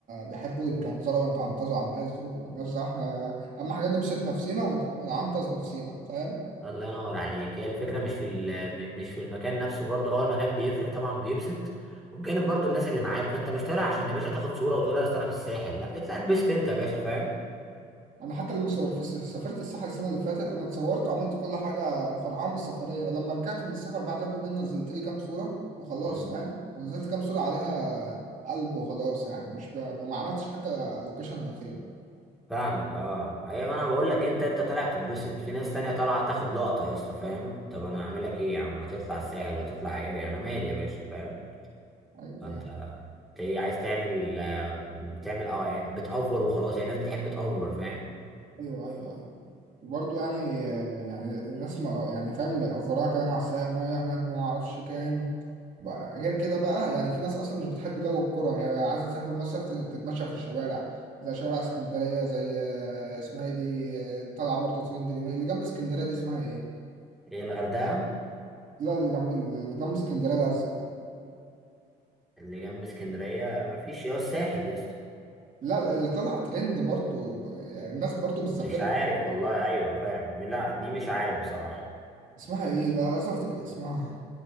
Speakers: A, on the right; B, in the centre.
A: بيحبوا يتجنزروا ويتعنطزوا على الناس دول ملناش دعوة احنا أهم حاجة نبسط نفسينا ونعنطز نفسينا فاهم؟
B: الله ينور عليك هي الفكرة مش في ال- م- مش في المكان نفسه برضو اه المكان بيفرق طبعا بيبسط وبجانب برضو الناس اللي معاك فانت مش طالع عشان يا باشا تاخد صورة وتقول لها اصل انا في الساحل لا اطلع اتبسط انت يا باشا فاهم
A: انا حتى لما سو- فس- سافرت الساحل السنه اللي فاتت انا اتصورت وعملت كل حاجه فرحان بالسفريه ولما رجعت من السفر بعدها بيومين نزلت لي كام صوره وخلاص
B: مم.
A: فاهم نزلت كام صوره عليها قلب وخلاص يعني مش ب... وما عملتش حتى لوكيشن انا فين
B: فاهمك اه ايوه انا بقول لك انت انت طالع تتبسط في ناس تانية طالعة تاخد لقطة يا اسطى فاهم طب انا اعمل لك ايه يا عم ما تطلع الساحل وتطلع ايه انا مالي يا باشا فاهم
A: ايوه
B: فانت
A: فاهم
B: انت إيه عايز تعمل آه، بتعمل اه يعني بتأفور وخلاص يعني الناس بتحب تأفور فاهم
A: ايوه ايوه ايوه برضه يعني يعني الناس ما يعني فاهم افوراها كلام على الساحل ميه هناك ما اعرفش كام بقى- غير كده بقى آه، يعني في ناس اصلا مش بتحب جو الكرة هي بقى عايزة تسافر مصيف تت- تتمشى في الشوارع زي شوارع اسكندرية زي آه، اسمها ايه دي آه، اللي طالعة برضه ترند اليومين- اللي جنب اسكندرية دي اسمها ايه؟
B: ايه الغردقة
A: لا اللي جنب اللي جنب اسكندرية لازق
B: اللي جنب اسكندرية مفيش يا الساحل يا اسطى
A: لا لا اللي طالعة ترند برضه يعني الناس برضه بتسافرها
B: مش عارف والله أيوة فاهم لا دي مش عارف بصراحة
A: اسمها ايه؟ لا لازم افتكر اسمها